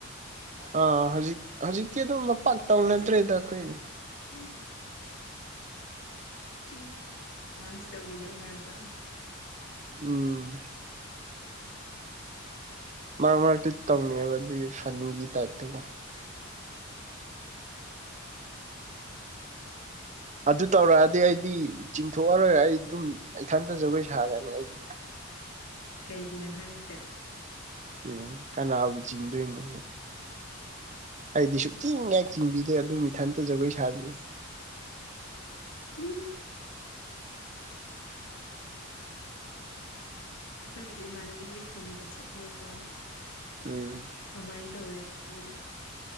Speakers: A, on the right; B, on the left.
A: ꯑꯥ ꯍꯧꯖꯤꯛ ꯍꯧꯖꯤꯛꯇꯤ ꯑꯗꯨꯝ ꯂꯄꯥꯛꯥꯛ ꯇꯧꯅꯗ꯭ꯔꯦꯗ ꯑꯩꯈꯣꯏꯒꯤ
B: ꯎꯝ ꯤꯡ ꯗꯥꯟꯁ ꯇꯧꯕꯤꯅꯣ ꯍꯥꯏꯗ
A: ꯎꯝ ꯃꯥ ꯃꯥꯗꯤ ꯇꯧꯅꯦꯕ ꯑꯗꯨꯒꯤ ꯐꯅꯤꯒꯤ ꯇꯥꯏꯞꯇꯕꯨꯣ
B: <inaudible>
A: ꯑꯗꯨ ꯇꯧꯔꯛꯑꯗꯤ ꯑꯩꯗꯤ ꯆꯤꯡꯊꯣꯛ ꯑꯔꯣꯏ ꯑꯩ ꯇꯨꯝ ꯏꯊꯟꯇ ꯖꯒꯣꯏ ꯁꯥꯒꯅꯤ ꯑꯩꯗꯤ
B: ꯀꯩꯒꯤꯅꯣ ꯍꯥꯏꯁꯦ
A: ꯑꯦ ꯀꯅꯥꯕꯨ ꯆꯤꯡꯗꯣꯏꯅꯣ ꯑꯩꯗꯤ ꯁꯨꯡꯆꯤꯡ ꯉꯦꯛ ꯆꯤꯡꯕꯤꯗ ꯑꯗꯨꯝ ꯏꯊꯟꯇ ꯖꯒꯣꯏ ꯁꯥꯕꯤ
B: ꯎꯝ ꯑꯩꯈꯣꯏ ꯍꯧꯖꯤꯛ ꯏꯃꯥꯟꯅꯕꯤꯒꯤ ꯈꯨꯟꯗ ꯆꯠꯂꯦꯀꯣ
A: ꯎꯝ
B: ꯑꯃꯥꯏ ꯇꯧꯋꯦ ꯃꯣꯏꯗ